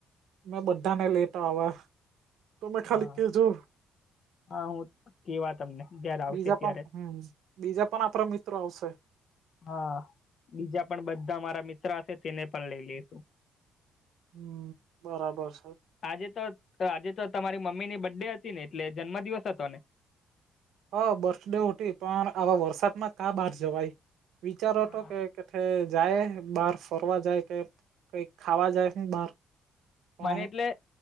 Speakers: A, on the right; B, on the left.
A: મેં બધા ને લેતા આવા તમે ખાલી
B: હા
A: કેજો.
B: હા હું કેવા તમને જયારે આવશે
A: બીજા પણ
B: ત્યારે.
A: હમ બીજા પણ આપણા મિત્રો આવશે.
B: હા બીજા પણ બધા મારા મિત્ર હશે તેને પણ લઈ લેસુ.
A: હા બરાબર છે.
B: આજે તો આજે તો તમારી મમ્મી ની બડે હતી ને એટલે જન્મ દિવસ હતો ને?
A: હા બર્થડે હતી પણ આવા વરસાદમાં કા બહાર જવાય વિચારો
B: હા
A: હતો કે કેથે જાય બાર ફરવા જાય કે કઈક ખાવા જાય બહાર પણ
B: મને એટલે